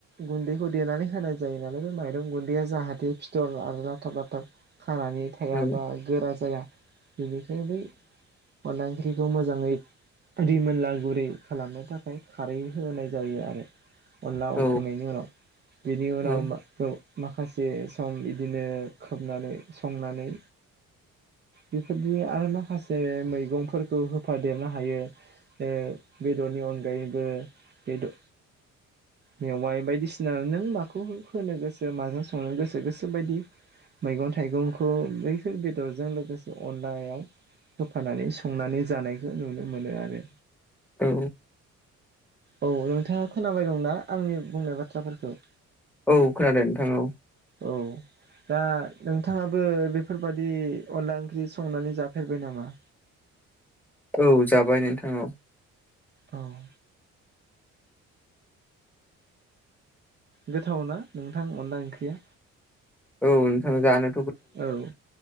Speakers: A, on the right; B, in the centre.
A: गुन्दैखौ देनानै होनाय जायो नालाय बे माइरं गुन्दैया जाहाथे फिथर आरो लाथाब लाथाब खानानै थाया
B: औ
A: बा गोरा जाया बेनिखाय बै अनला ओंख्रिखौ मोजाङै रिमोनला गुरै खालामनो थाखाय खारै होनाय जायो आरो अनला
B: औ
A: खांनायनि उनाव बेनि उनाव
B: औ
A: मा खौ माखासे सम इदिनो खोबनानै संनानै बेफोरदि आरो माखासे मैगंफोरखौ होफादेरनो हायो। ओ बेदरनि अनगायैबो बेद मेवाइ बायदिसिना नों माखौ होनो गोसो माजों संनो गोसो गोसोबायदि मैगं थाइगंखौ बैफोर बेदरजों लोगोसे अनलायाव होफानानै संनानै जानायखौ नुनो मोनो आरो।
B: औ।
A: औ नोंथाङा खोनाबाय दं ना आंनि बुंनाय बाथ्राफोरखौ?
B: औ खोनादों नोंथां औ।
A: औ। दा नोंथाङाबो बेफोरबादि अनला ओंख्रि संनानै जाफेरबाय नामा?
B: औ जाबाय नोंथां औ।
A: अह। गोथाव ना नोंथां अनला ओंख्रिया?
B: औ नोंथां जानो।
A: औ।